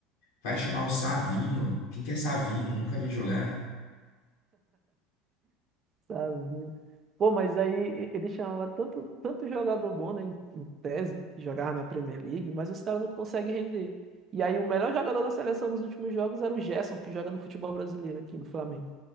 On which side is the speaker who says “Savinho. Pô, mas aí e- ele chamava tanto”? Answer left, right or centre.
Right